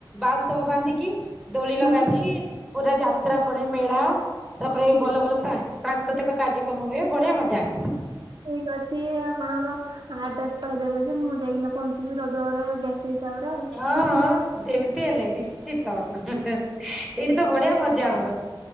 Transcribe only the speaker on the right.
ହୁଁ
ଠିକ
ଠିକ ଅଛି ଆପଣଙ୍କ ଆଡ୍ରେସ୍ କହିଦେବେ ଯେ ମୁଁ ଯାଇକିନା ପହଞ୍ଚିବି ରଜରେ ଗେଷ୍ଟ୍ ସେଇ ହିସାବରେ ଆଉ ହୁଁ
ହୁଁ ହୁଁ।